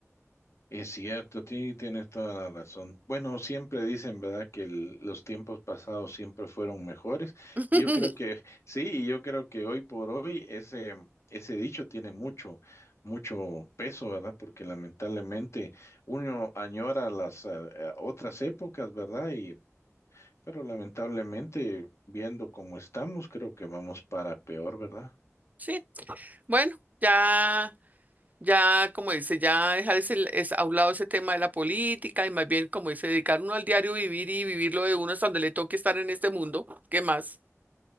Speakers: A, on the left; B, on the right.
A: Es cierto, ti- tienes toda la razón. Bueno, siempre dicen, ¿verdad?, que el- los tiempos pasados siempre fueron mejores.
B: <laughs>
A: Y yo creo que <laughs> sí, y yo creo que hoy por hoy ese, ese dicho tiene mucho, mucho peso, ¿verdad? Porque lamentablemente uno añora las eh, otras épocas, ¿verdad? y Pero lamentablemente, viendo cómo estamos, creo que vamos para peor, ¿verdad?
B: Sí, bueno, ya. Ya, como dice, ya dejar ese, es, a un lado ese tema de la política y más bien, como dice, dedicar uno al diario vivir y vivir lo de uno hasta donde le toque estar en este mundo. ¿Qué más?